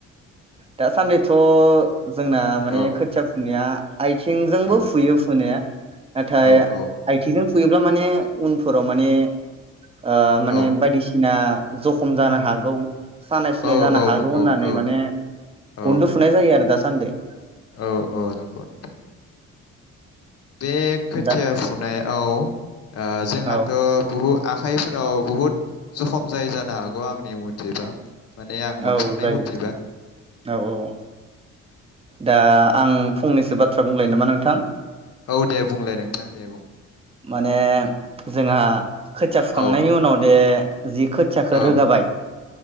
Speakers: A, on the right (about 20°); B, on the left (about 55°).
A: दासान्दिथ' जोंना आ माने
B: औ
A: खोथिया फुनाया आइथिंजोंबो
B: औ
A: फुयो फु नाया। नाथाय
B: औ औ
A: आइथिजों फुयोब्ला माने उनफोराव माने ओ
B: औ
A: माने बायदिसिना जखम जानो हागौ सानाय सुनाय
B: औ
A: जानो
B: औ
A: हागौ
B: नंगौ
A: होननानै
B: औ
A: माने
B: औ
A: खनदु फुनाय जायो दासान्दि।
B: औ औ नंगौ नोंथां। बे खोथिया
A: दा
B: फुनाया औ। ओ जोंहाथ'
A: औ
B: बहुद आखाइफोराव बुहुद जखम जायो जानो हागौ आंनि मथेबा। माने आं मोनफेरनाय
A: औ जायो
B: मथेबा
A: औ औ दा आं फंनैसो बाथ्रा बुंलायनो नामा? नोंथां
B: औ दे बुंलाय नोंथां दे बुं।
A: माने जोंहा खोथिया फुखांनायनि
B: औ
A: उनावदे जि खोथियाखौ
B: औ
A: रोगाबाय